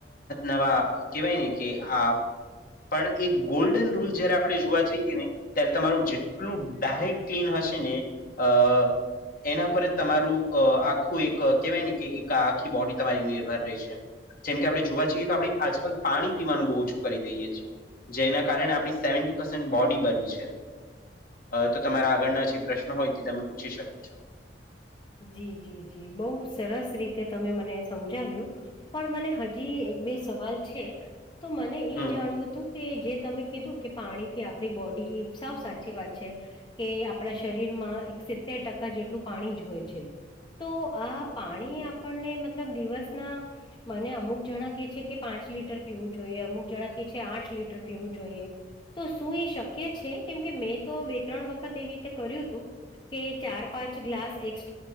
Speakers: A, on the left (about 55°); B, on the left (about 25°).
A: નવા કહેવાય ને કે આ પણ એક ગોલ્ડન રૂલ જય્યારે આપણે જોવા જઈએ ને ત્યારે તમારું જેટલું ડાયટ ક્લીન હશે ને અ એના પર જ તમારું અ આખું આખું એક કેહેવાય ને કે એક આખી બોડી તમારી નિર્ભર રહી છે જેમ કે આપણે જોવા છીએ તો આપણે આજકાલ પાણી પીવાનું બહુ ઓછું કરી દઈએ છીએ જેના કારણે આપણી સેવન્ટી પર્સેન્ટ બોડી બની છે તો તમારા આગળના જે પ્રશ્નો હોય તે તમે પૂછી શકો છો
B: જી જી જી બહુ સરસ રીતે તમે મને સમજાવ્યું પણ મને હજી એક બે સવાલ છે તો મને એ
A: હમ
B: જાણવું તું કે જે તમે કીધું કે પાણી થી આપડી બોડી સાવ સાચી વાત છે. કે આપણા શરીર માં એક સિત્તેર ટકા જેટલું પાણી જ હોય. છે. તો આ પાણી આપણને મતલબ દિવસના મને અમુક જણા કે છે કે પાંચ લીટર પીવું જોઈએ, અમુક જણા કે છે આઠ લીટર પીવું જોઈએ. તો શું એ શક્ય છે કેમ કે મેં તો બે ત્રણ વખત એવી રીતે કર્યું હતું કે ચાર પાંચ ગ્લાસ એક